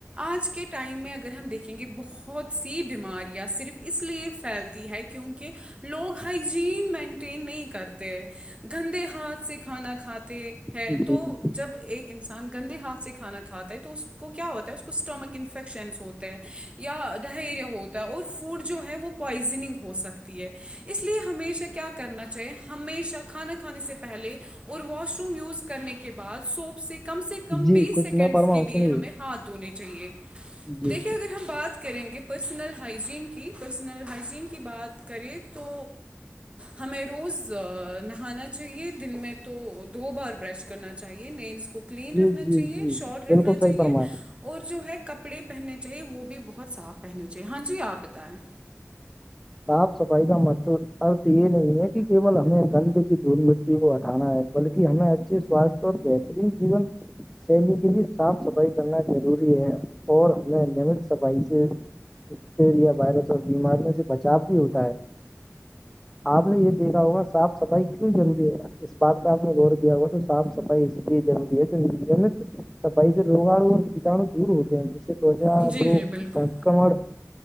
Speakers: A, on the right; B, in the centre.
A: آج کے ٹائم میں اگر ہم دیکھیں گے بہت سی بیماریاں صرف اس لیے پھیلتی ہے کیونکہ لوگ ہائجین مینٹین نہیں کرتے گندے ہاتھ سے کھانا کا کھاتے
B: جی
A: ہیں تو
B: جی
A: جب ایک انسان گندے ہاتھ سے کھانا کھاتا ہے تو اس کو کیا ہوتا ہے اس کو اسٹمک انفیکشنس ہوتا ہے یا ڈہیریا ہوتا ہے اور فوڈ جو ہے وہ پوائزننگ ہو سکتی ہے اس لیے ہمیشہ کیا کرنا چاہیے ہمیشہ کھانا کھانے سے پہلے اور واش روم یوز کرنے کے بعد سوپ سے کم سے کم
B: جی
A: بیس
B: کچھ
A: سیکنڈس
B: میں فرماؤں
A: کے لیے
B: سنیے
A: ہمیں ہاتھ دھونے چاہیے
B: جی
A: دیکھیے اگر ہم بات کریں گے پرسنل ہائجین کی پرسنل ہائجین کی بات کریں تو ہمیں روز نہانا چاہیے دن میں تو دو بار برش کرنا چاہیے نیلس کو کلین
B: جی
A: رکھنا
B: جی
A: چاہیے
B: جی
A: شارٹ
B: بالکل
A: رکھنا چاہیے
B: صحیح فرمایا
A: اور جو ہے کپڑے پہننے چاہیے وہ بھی بہت صاف پہننے چاہیے ہاں جی آپ بتائیں
B: صاف صفائی کا مشہور ارت یہ نہیں ہے کہول ہمیں گند کی دھول م کو ہٹانا ہے بلکہ ہمیں اچھے سوستھ اور بہترین جیون سیلی کے لیے صاف صفائی کرنا ضروری ہے اور ہمیں نیمت صفائی سے اٹیریا وائرس اور بیماریوں سے بچاؤ بھی ہوتا ہے آپ نے یہ دیکھا ہوگا صاف صفائی کیوں ضروری ہے اس بات کا آپ نے غور کیا ہوا تو صاف سفائی اس لیے جلدی ہے نت س پیس روگاڑو اور کٹاو دور ہوتی جیسے توجا
A: جی
B: روگ
A: جی بالکل
B: سکمن